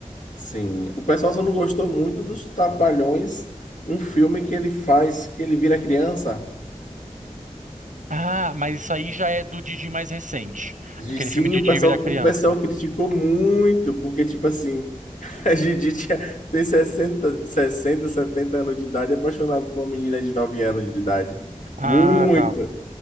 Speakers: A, on the left (about 80°); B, on the right (about 85°).
A: Sim. O pessoal só não gostou muito dos Trapalhões, um filme que ele faz, que ele vira criança.
B: Ah, mas isso aí já é do Didi mais recente.
A: E
B: Aquele
A: sim,
B: filme Didi
A: o pessoal,
B: vira
A: o
B: criança.
A: pessoal criticou muito, porque, tipo assim, <laughs> a Didi tinha, tem 60 60 70 anos de idade, apaixonado por uma menina de 9 anos de idade.
B: Ah,
A: Muito.
B: tá.